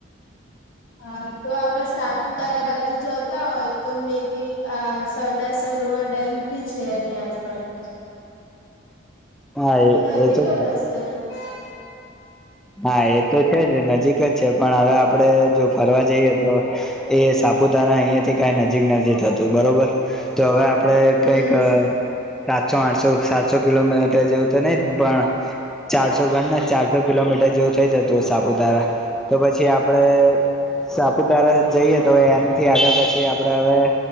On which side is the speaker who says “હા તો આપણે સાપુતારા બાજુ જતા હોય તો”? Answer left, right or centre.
Left